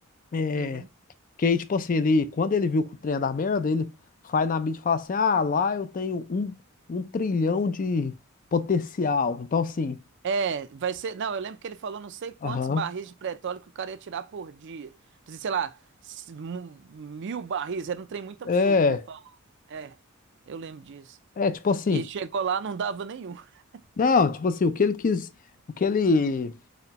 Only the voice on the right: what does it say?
Uhum.
É, vai ser. Não, eu lembro que ele falou não sei quantos
barris de petróleo que o cara ia tirar por dia. Dizia, sei lá, s- mu- mil barris. Era um trem muito absurdo
que ele falou. É, eu lembro disso.
E chegou lá, não dava nenhum. <laughs>